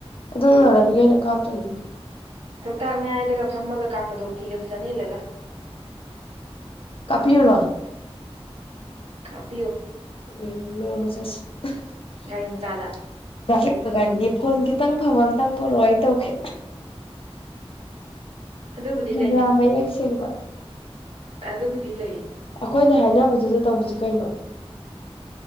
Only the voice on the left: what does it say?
ꯑꯗꯨꯝ ꯏꯥꯟꯅꯕꯤꯒꯩꯅ ꯀꯥꯞꯇꯣꯏꯅꯤ
ꯀꯥꯞꯄꯤꯔꯨꯔꯣ
ꯎꯝ ꯅꯣꯡꯃ ꯆꯁ <unintelligible>
ꯐꯣꯟ ꯈꯤꯇꯪ ꯐꯕ ꯑꯃꯇꯪ ꯄꯔꯛꯑꯣ ꯑꯩ ꯇꯧꯒꯦ
ꯀꯦꯃꯦꯔꯥ
ꯃꯌꯦꯛ ꯁꯦꯡꯕ
ꯑꯩꯈꯣꯏꯅ ꯍꯥꯏꯅꯕꯗꯨꯗ ꯇꯧꯕꯁꯤ ꯀꯩꯅꯣ